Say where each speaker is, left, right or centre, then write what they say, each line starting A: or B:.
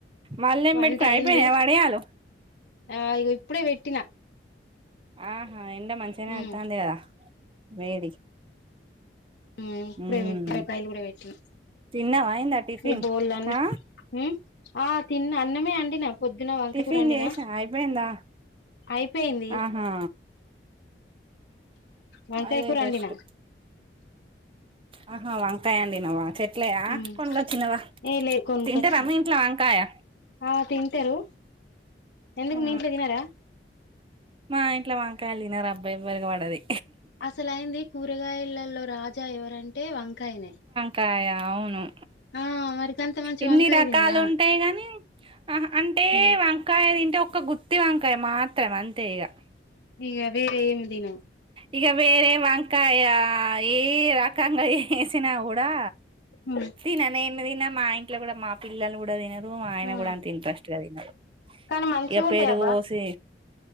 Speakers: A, on the right (about 30°); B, on the left (about 70°).
A: మళ్ళేం
B: వంట
A: పెట్టుకుని
B: అయింది
A: అయిపోయినాయా వడియాలు
B: ఆ ఇగా ఇప్పుడే పెట్టినా
A: ఆహా ఎండ మంచిగానే
B: ఉమ్
A: వెళ్తాందిగా వేడి
B: ఉ ఇప్పుడేట్టి
A: ఉమ్
B: కాయలు కూడా పెట్టి
A: తిన్నావా అయిందా టిఫిన్
B: ఈ బోలు అన్ని
A: ఆ
B: ఉ ఆ తిన్న అన్నమే అండినా పొద్దున వంకకూర
A: టిఫిన్
B: వండిన
A: చేసా అయిపోయిందా
B: అయిపోయింది
A: ఆహా
B: వంకాయ
A: అదే
B: కూర
A: బెస్ట్
B: వండిన
A: ఆహా వంకాయ ఆంటీనావా చె చెట్లయా
B: ఉమ్
A: కొనుగాచ్చినవా
B: ఏ లే కొనుకొచ్చిన
A: తింటే రమ ఇంట్లా వంకాయా
B: ఆ తింటారు ఎందుకు
A: ఆ
B: మీ ఇంట్లో తినరా
A: మా ఇంట్లో వంకాయలు తగినారు అబ్బాయివరికి పడది
B: అసలైంది కూరగాయలలో రాజా ఎవరంటే వంకాయనే
A: కాయా అవును
B: ఆ మరి గంత మంచి
A: ఎన్ని
B: వంకాయ
A: రకాలు
B: తినరా
A: ఉంటాయి కాగాని ఆ అంటే
B: ఉమ్
A: వంకాయ తింటే ఒ గుత్తి వంకాయ మాత్రం అంతే ఇగా
B: ఈగ వేర ఏం దినవు
A: ఇక వేరే వంకాయ ఏ రకాంగా ఏ వేసిన కూడా
B: ఉమ్ ఉమ్
A: తిననే నీన్నా తిన మా ఇంట్లో కూడా మా పిల్లలు కూడా తినరు ఆయన
B: ఆ
A: కూడా అంత ఇంట్రెస్ట్ తినరు
B: కానీ మంచిగా
A: ఇక
B: ఉంటాయి
A: పేరుగు
B: అబ్బా
A: పోసి